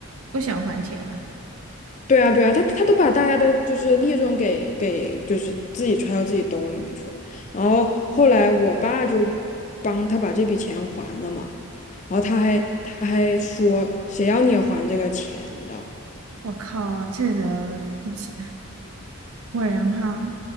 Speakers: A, on the right; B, on the left.
A: 不想还钱啊！
B: 对啊，对啊，他他都把大家的就是利润给给就是自己揣到自己兜里面去了。然后后来我爸就帮他把这笔钱还了嘛，然后他还他还说谁要你还这个钱的？
A: 我靠，这人，对不起，果然哈，